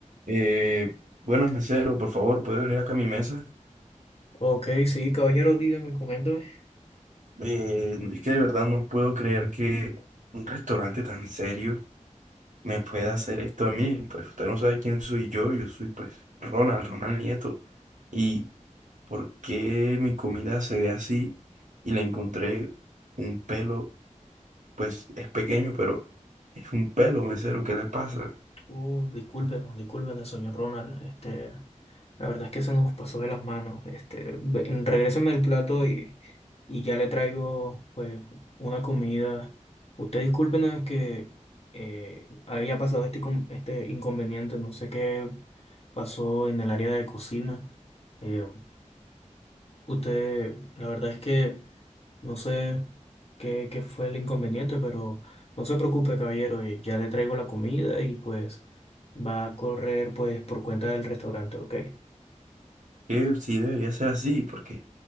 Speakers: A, on the right; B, on the left.
A: Eh, buenas, mesero, por favor, ¿puede venir acá a mi mesa?
B: Ok, sí, caballero, dígame, coméntame.
A: Eh, es que de verdad no puedo creer que un restaurante tan serio me pueda hacer esto a mí. Pues usted no sabe quién soy yo, yo soy pues Ronald, Ronald Nieto. ¿Y por qué mi comida se ve así? Y le encontré un pelo, pues es pequeño, pero es un pelo, mesero, ¿qué le pasa?
B: Uh, discúlpenos, discúlpenos, señor Ronald. Este, la verdad es que se nos pasó de las manos. Este, ve- regréseme el plato y, y ya le traigo, pues, una comida. Usted discúlpenos, es que eh, había pasado este, con- este inconveniente. No sé qué pasó en el área de cocina. Eh, Usted, la verdad es que no sé qué, qué fue el inconveniente, pero no se preocupe, caballero, eh, ya le traigo la comida y pues va a correr pues por cuenta del restaurante, ¿ok?
A: que sí debería ser así, porque